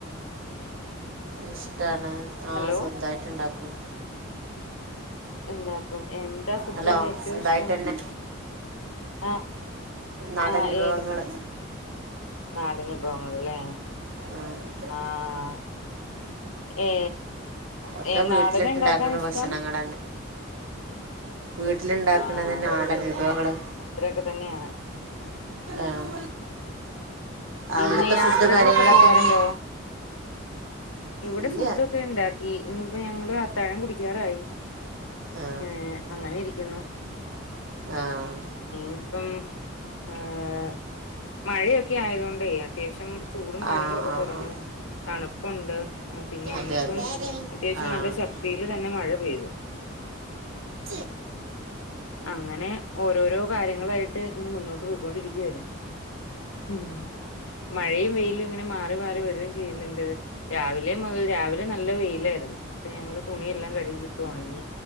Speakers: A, on the right (about 75°); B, on the left (about 85°).
A: ഇഷ്ടാണ് ആഹ്
B: ഹലോ
A: സ്വന്തായിട്ട്ണ്ടാക്കും
B: ണ്ടാക്കും എന്താ ഫുഡ്
A: ഹലോ
B: ഏറ്റവും
A: സ്വന്തമായിട്ട്
B: ഇഷ്ടം
A: തന്നെ
B: അഹ്
A: നാടൻ
B: ആഹ്
A: വിഭവങ്ങൾ
B: ഏത് ഫു നാടെൻ വിഭവങ്ങള്ല്ലേ
A: ആഹ്
B: ആഹ് ഏ
A: ഒക്കെ
B: ഏ
A: വീട്ടിലുണ്ടാക്കുന്ന
B: നാടനിണ്ടാക്കാനിഷ്ടം
A: ഭക്ഷണങ്ങൾ വീട്ടില്ണ്ടാക്ക്ണത്
B: ആഹ്
A: നാടെൻ വിഭവങ്ങള്
B: അത്രയൊക്കെ തന്നെയാണ്
A: ആം
B: പിന്നെ
A: അവിട്ത്തെ
B: യാത്രകളൊക്കെ
A: ഫുഡ് കാര്യങ്ങളൊക്കെങ്ങനെ
B: പോവാറുണ്ടോ ഇവിടെ
A: ഇല്ല
B: ഫുഡെക്കെ ണ്ടാക്കി ഞിപ്പോ ഞങ്ങള് അത്താഴം കുടിക്കാറായി
A: ആ
B: ഏ അങ്ങനെ ഇരിക്കുന്നു
A: ആഹ്
B: ഇനിപ്പം ആഹ് മഴയൊക്കെ ആയതുകൊണ്ടേ അത്യാവശ്യം ചൂടും കാര്യങ്ങളൊക്കെ
A: ആ ആ ആ
B: കുറഞ്ഞു തണുപ്പുണ്ട് ആഹ് പിന്നെ
A: അതെ
B: ഇന്നിപ്പം
A: അതെ
B: അത്യാവശ്യം
A: ആ ആ
B: നല്ല ശക്തിയില് തന്നെ മഴ പെയ്തു
A: ച്ചെ
B: അങ്ങനെ ഓരോരോ കാര്യങ്ങളായിട്ട് ഇങ്ങനെ മുന്നോട്ട് പോയിക്കൊണ്ടിരിക്കയായിരുന്നു ഉം മഴയും വെയിലും ഇങ്ങനെ മാറി മാറി വരുകയും ചെയ്യുന്നുണ്ട് രാവിലെ മുതൽ രാവിലെ നല്ല വെയിലായിരുന്നു ഇപ്പൊ ഞങ്ങുടെ തുണിയെല്ലാം കഴുകി ട്ടു ഒണങ്ങി